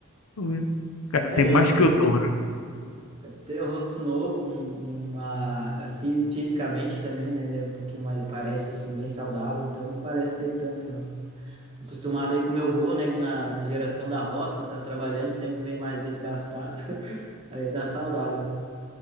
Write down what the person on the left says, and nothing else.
Os cara
tem mais
que o dobro.